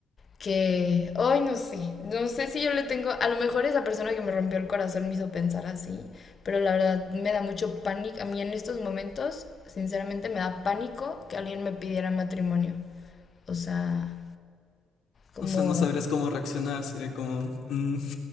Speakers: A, on the left (about 30°); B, on the left (about 55°).
A: que, ay, no sé, no sé si yo le tengo, a lo mejor esa persona que me rompió el corazón me hizo pensar así, pero la verdad me da mucho pánico. A mí en estos momentos, sinceramente, me da pánico que alguien me pidiera matrimonio. O sea, como,
B: O sea, no sabrías cómo reaccionar, sería como, mm,